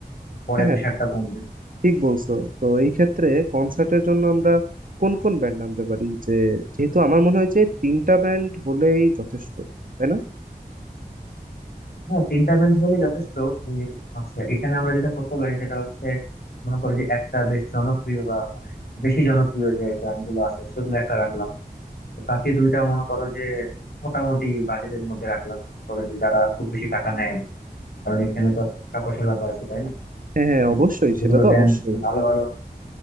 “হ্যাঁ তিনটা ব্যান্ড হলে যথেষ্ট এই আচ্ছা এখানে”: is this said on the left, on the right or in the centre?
Left